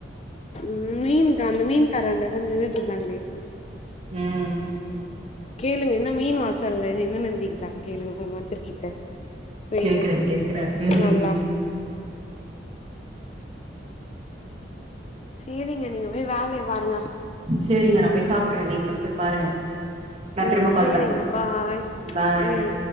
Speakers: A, on the left (about 35°); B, on the right (about 35°).
A: ம் மீன் கா அந்த மீன் காரங்ட்ட தா நின்னுட்ருந்தாங்களே
B: ம்
A: கேளுங்க என்ன மீன் வாசல்ல நின்னுனுந்தீங்ளான் கேளுங்க உங்க மாதர்க்கிட்ட போய்ட்டு
B: கேக்குறே கேக்குறே ம்
A: நல்லா சேரிங்க நீங்க போய் வேலைய பாருங்க
B: சேரிங்க நா போய் சாப்பர்றே நீங்களு போய் பாருங்க நா
A: ம்
B: திரும்ப கால்
A: சேரிங்க
B: பண்றே
A: பாய்
B: பாய்
A: ம்